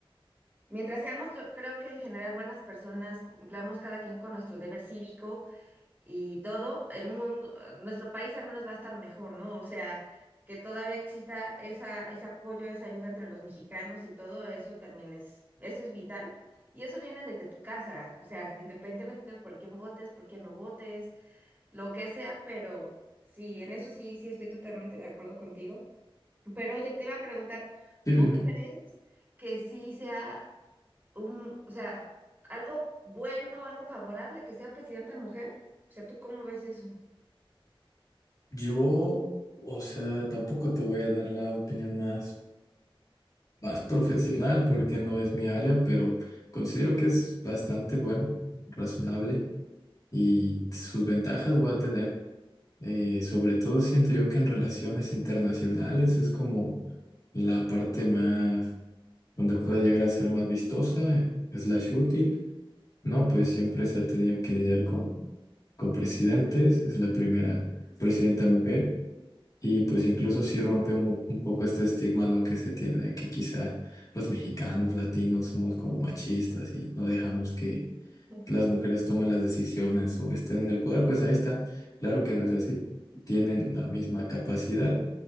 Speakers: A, on the right; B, on the left.
A: mientras seamos, yo creo que en general buenas personas, cumplamos cada quien con nuestro deber cívico y todo el mundo, nuestro país al menos va a estar mejor, ¿no? O sea, que todavía exista esa, ese apoyo, esa ayuda entre los mexicanos y todo eso también es, eso es vital. Y eso viene desde tu casa, o sea, independientemente de por quién votes, por quién no votes, lo que sea, pero sí, en eso sí, sí estoy totalmente de acuerdo contigo. Pero oye, te iba a preguntar,
B: Sí,
A: ¿tú
B: dime.
A: crees que sí sea un, o sea, algo bueno o algo favorable que sea presidenta mujer? O sea, ¿tú cómo ves eso?
B: Yo, o sea, tampoco te voy a dar la opinión más, más profesional porque no es mi área, pero considero que es bastante bueno, razonable. y sus ventajas va a tener. Eh, sobre todo siento yo que en relaciones internacionales es como la parte más donde puede llegar a ser más vistosa, slash útil, ¿no? Pues siempre se ha tenido que lidiar con, con presidentes, es la primera presidenta mujer. Y pues incluso sí rompe mu- un poco este estigma, ¿no? que se tiene de que quizá los mexicanos, latinos, somos como machistas y no dejamos que,
A: <laughs>
B: que las mujeres toman las decisiones o estén en el poder, pues ahí está. Claro que no es así. Tienen la misma capacidad